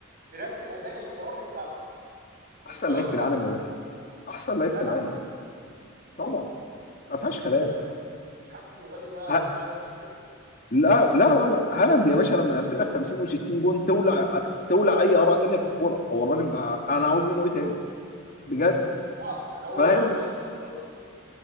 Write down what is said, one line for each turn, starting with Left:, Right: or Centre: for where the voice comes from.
Right: بنفس الاداء الخرافي بتاعه وافترضنا
Left: احسن لعيب في العالم يا باشا احسن لعيب في
Right: هالاند
Left: العالم طبعا ما فيهاش
Right: انت
Left: كلام
Right: مش حاسس مش حاسس ان الراي ده
Left: ها
Right: راي شاذ شويه
Left: لا لا لا لا هالاند يا باشا لما يقفل لك 50 و60 جون تولع تولع اي اراء تانية في الكوره هو الراجل بقى- انا عاوز منه ايه تاني بجد
Right: بصراحه انا اول
Left: فاهم
Right: مره اختلف معاك خالص كده